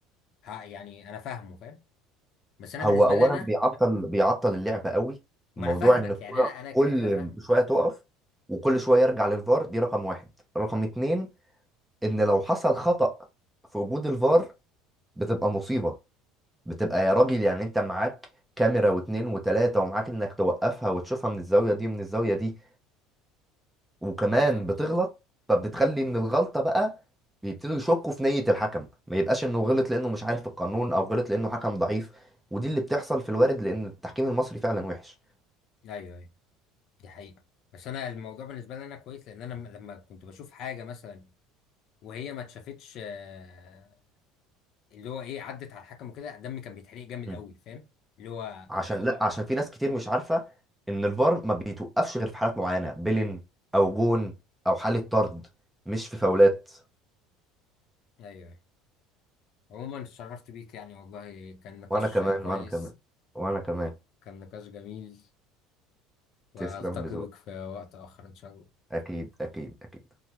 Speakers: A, on the left; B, in the centre.
A: ها يعني أنا فاهمه فاهم بس أنا
B: هو
A: بالنسبة
B: اولا
A: لي أنا
B: بيعطل بيعطل اللعبه قوي
A: ما
B: موضوع
A: أنا فاهمك
B: ان الكوره
A: يعني أنا أنا كده
B: كل
A: كده فاهم
B: شويه تقف وكل شويه يرجع للفار دي رقم واحد رقم اتنين ان لو حصل خطأ في وجود الفار بتبقى مصيبه بتبقى يا راجل يعني انت معاك كاميرا واتنين وتلاته ومعاك انك توقفها وتشوفها من الزاويه دي ومن الزاويه دي وكمان
A: بالظبط
B: بتغلط
A: أه
B: فبتخلي ان الغلطه بقى بيبتدوا يشكوا في نيه الحكم ما يبقاش انه غلط لانه مش عارف القانون او غلط لانه حكم ضعيف ودي اللي بتحصل في الوارد لان التحكيم المصري فعلا وحش
A: أيوه أيوه دي حقيقة بس أنا الموضوع بالنسبة لي أنا كويس لأن أنا لما كنت بشوف حاجة مثلا وهي ما اتشافتش آه، اللي هو ايه عدت على الحكم وكده دمي كان بيتحرق جامد
B: مم.
A: قوي فاهم اللي هو
B: عشان لا عشان في ناس كتير مش عارفه ان الفار ما بيتوقفش غير في حالات معينه بيلين او جون او حاله طرد مش في فاولات
A: ايوه أيوة. عموما اتشرفت بيك يعني والله كان نقاش
B: وانا كمان
A: كويس
B: وانا كمان وانا كمان
A: كان نقاش جميل والتقي
B: تسلم لذوقك
A: بك في وقت اخر ان شاء الله
B: اكيد اكيد اكيد